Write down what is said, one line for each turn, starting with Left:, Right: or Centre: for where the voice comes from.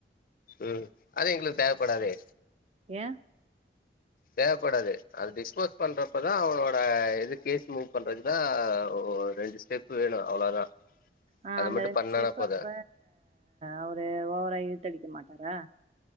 Left: ம் அது எங்களுக்கு தேவப்படாதே
Right: ஏ
Left: தேவப்படாது அது டிஸ்போஸ் பண்றப்பதா அவுனோட இது கேஸ் மூவ் பண்றதுக்குதா ரெண்டு ஸ்டெப்பு வேணு அவ்ளோதா
Right: ஆ
Left: அது
Right: அந்த
Left: மட்டு
Right: ரெண்டு
Left: பண்ணானா
Right: ஸ்டெப்பு
Left: போது
Right: அப்ப அவுரு ஓவரா இழுத்தடி க்க மாட்டாரா